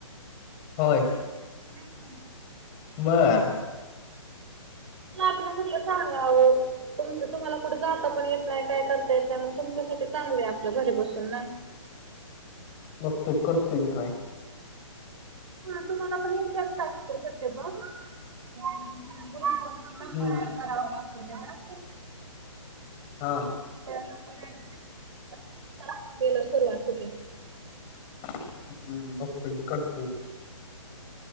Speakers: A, on the left; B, on the right.
A: होय.
B: हम्.
A: बर.
B: त आपलं म्हलं सांगावं. तुमच तुम्हाला कुठं जाता पण येत नाही काय करता येत नाही मग तुमच्यासाठी चांगले आहे आपलं घरी बसून ना.
A: बघतो करतोकी ट्राय
B: हा तुम्हाला पण एक च टास्क शक्यतो. ह गुरुवर अ नंबर
A: हम्म.
B: ऍड करावा लागतो तेवढं..
A: हा.
B: नंबर ऍड केला ना तुमचा टास्क दयायला सुरुवात होती.
A: हम्म बगतो की करतो.